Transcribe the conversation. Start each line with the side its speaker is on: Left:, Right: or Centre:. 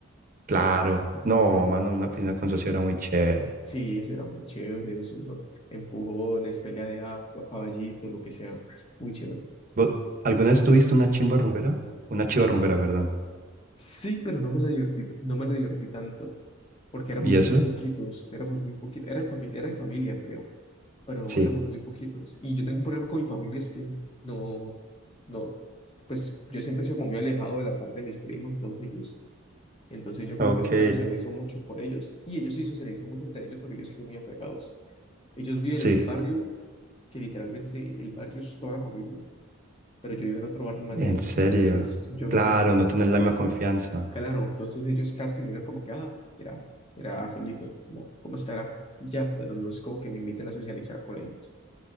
Right: Claro,
Left: Y
Right: no,
Left: era,
Right: mano, una piscina con socio era muy chévere.
Left: sí, eso era muy chévere, eso, ¿no? Empujones, pelea de agua, caballito, lo que sea, muy chévere.
Right: ¿Vos alguna vez tuviste una chimba rumbera? Una chiva rumbera, perdón.
Left: Sí, pero no me la divertí, no me la divertí tanto, porque éramos
Right: ¿Y eso?
Left: muy poquitos, éramos muy poquitos, era en familia, era de familia, creo. pero
Right: Sí.
Left: éramos muy poquitos. Y yo tengo un problema con mi familia, es que no, no, pues yo siempre se como muy alejado de la parte de mis primos y todos ellos. Entonces yo como
Right: Ok,
Left: que nunca socializo mucho con ellos y ellos sí socializan mucho entre ellos porque ellos sí son muy apegados. Ellos viven
Right: sí,
Left: en un barrio que literalmente el barrio es toda la familia, pero yo vivo en otro barrio más
Right: en
Left: lejos,
Right: serio.
Left: entonces yo
Right: Claro,
Left: no tengo,
Right: no tener la misma confianza.
Left: claro, entonces ellos casi que me miran como que, ah, era, era Felipe, ¿cómo, cómo estará? Y ya, pero no es como que me inviten a socializar con ellos.